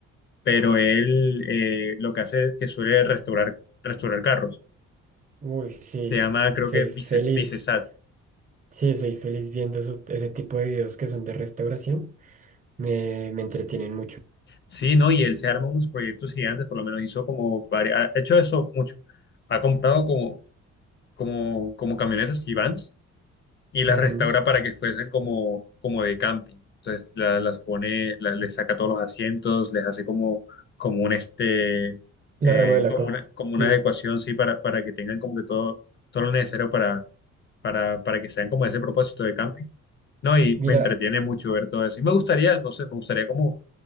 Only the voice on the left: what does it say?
pero él eh, lo que hace es que suele restaurar, restaurar carros.
Se llama, creo
que Vice-
Vicesat.
Sí, ¿no? Y él se arma unos proyectos gigantes, por lo menos hizo como varios, ha hecho eso mucho. Ha comprado como, como, como camionetas y vans y las
restaura para que fuesen como, como de camping. Entonces la- las pone, la- les saca todos los asientos, les hace como, como un este,
eh,
como
una, como
una adecuación, sí, para, para que tengan como que todo, todo lo necesario para, para, para que sean como ese propósito de camping. No, y
me entretiene mucho ver todo eso. Y me gustaría, no sé, me gustaría como